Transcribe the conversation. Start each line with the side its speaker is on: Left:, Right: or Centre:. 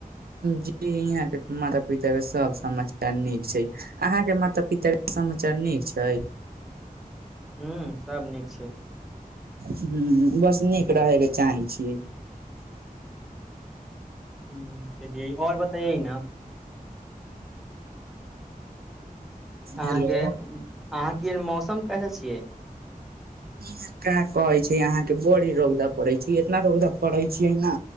Right: जी यहाँ के माता पिता के सब समाचार नीक छै अहाँके माता पिता समाचार नीक छै
Centre: ह्म सभ नीक छै
Right: ह्म बस नीक रहयके चाहै छियै
Centre: ह चलियै और बताएयै न अहाँके
Right: हेलो
Centre: अहाँके मौसम कैसे छियै
Right: इहां का कहै छै अहाँके बड़ी रौदा पड़ै छै इतना रौदा पड़ै छै ना